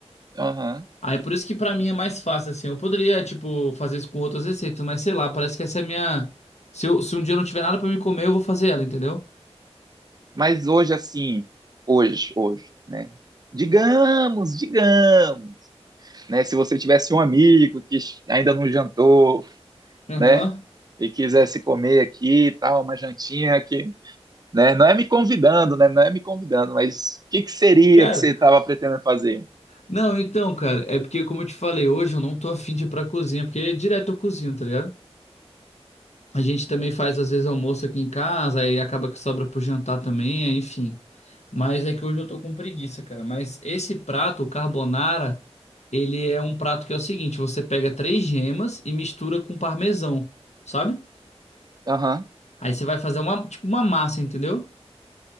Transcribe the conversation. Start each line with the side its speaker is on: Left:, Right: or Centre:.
Right: Aham.
Left: Aí por isso que pra mim é mais fácil assim. Eu poderia, tipo, fazer isso com outras receitas, mas sei lá, parece que essa é a minha se eu- se um dia eu não tiver nada pra me comer, eu vou fazer ela, entendeu?
Right: Mas hoje, assim, hoje, hoje, né? Digamos, digamos, né? Se você tivesse um amigo que ainda não jantou,
Left: Aham.
Right: né? E quisesse comer aqui e tal, uma jantinha aqui, né? Não é me convidando, né? Não é me convidando, mas o que que seria
Left: Cara,
Right: que você estava pretendendo fazer?
Left: não, então, cara, é porque como eu te falei, hoje eu não tô afim de ir pra cozinha, porque direto eu cozinho, tá ligado? A gente também faz às vezes almoço aqui em casa, aí acaba que sobra pro jantar também, é, enfim. Mas é que hoje eu tô com preguiça, cara. Mas esse prato, o carbonara, ele é um prato que é o seguinte: você pega três gemas e mistura com parmesão, sabe?
Right: Aham,
Left: Aí você vai fazer uma, tipo, uma massa, entendeu?